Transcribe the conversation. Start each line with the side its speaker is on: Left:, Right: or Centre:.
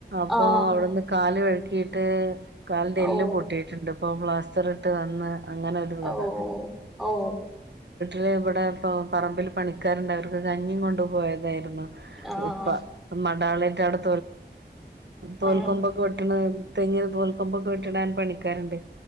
Right: അപ്പോ
Centre: ആഹ്
Right: അവിടുന്ന് കാല് വെഴുക്കീ കാലിൻ്റെ എല്ല്
Centre: ഓ
Right: പൊട്ടീട്ട്ണ്ട് പ്പോ പ്ലാസ്റ്റർ ഇട്ട് വന്ന് അങ്ങനെ ഒരു കഥ
Centre: ഓ ഓ
Right: ല് ഇവിടെ പ്പൊ പറമ്പിൽ പണിക്കാരുണ്ട് അവർക്ക് കഞ്ഞിം കൊണ്ട് പോയതായിരുന്നു
Centre: ആഹ്
Right: ഉപ്പ മഠാളറ്റ് അവിടെ തോൽ
Centre: ആഹ്
Right: കൊമ്പ് വെട്ടുന്ന തെങ്ങിന് തോൽക്കൊമ്പൊക്കെ വെട്ടണ പണിക്കാരുണ്ട്